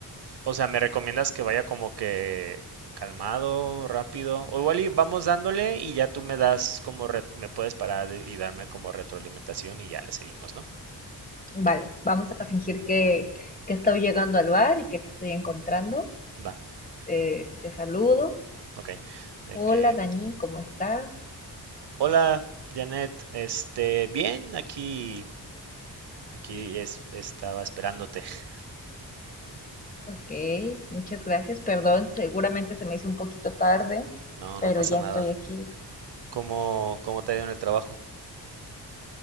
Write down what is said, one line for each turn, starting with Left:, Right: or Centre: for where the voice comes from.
Right: O sea, ¿me recomiendas que vaya como que calmado, rápido? O igual y vamos dándole y ya tú me das como re- me puedes parar y darme como retroalimentación y ya le seguimos, ¿no?
Left: Vale, vamos a fingir que, que estoy llegando al bar y que te estoy encontrando.
Right: Va,
Left: Eh, te saludo.
Right: ok. De
Left: Hola
Right: que,
Left: Dani, ¿cómo estás?
Right: hola, Janet, este, bien, aquí, aquí es, estaba esperándote. <laughs>
Left: Ok, muchas gracias. Perdón, seguramente se me hizo un poquito tarde,
Right: No,
Left: pero
Right: no pasa
Left: ya
Right: nada.
Left: estoy aquí.
Right: ¿Cómo, cómo te ha ido en el trabajo?